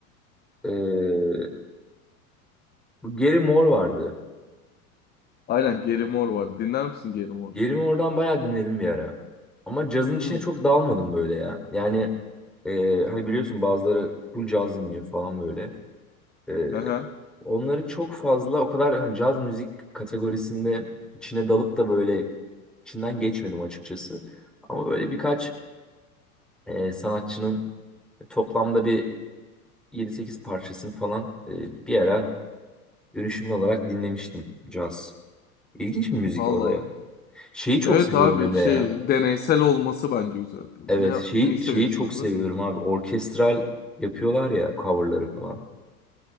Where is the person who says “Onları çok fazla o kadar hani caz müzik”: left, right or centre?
Centre